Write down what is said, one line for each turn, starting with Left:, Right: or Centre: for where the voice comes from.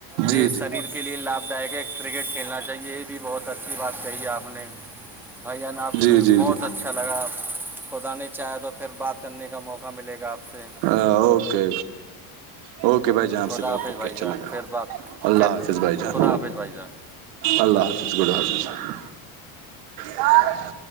Right: جی
Centre: یہ
Right: جی
Centre: شریر کے کے لیے لابھدائک ہے کرکٹ کھیلنا چاہیے یہ بھی بہت اچھی بات کہی ہے آپ نے بھان آپ
Right: جی
Centre: سے
Right: جی
Centre: بہت
Right: جی
Centre: اچھا لگا خدا نے چاہے تو پھر بات کرنے کا کا موقع ملے گا آپ سے
Right: ہ اوکےکے اوکے بھائی جہان
Centre: خدا
Right: سے ب
Centre: حافظ
Right: آپ کے
Centre: بھائی
Right: اچھا
Centre: جان
Right: لگا
Centre: پھر بات
Right: اللہ
Centre: پھر
Right: حافظ بھائی جان
Centre: خدا حافظ بھائی جان
Right: اللہ حافظ گدلہ حافظ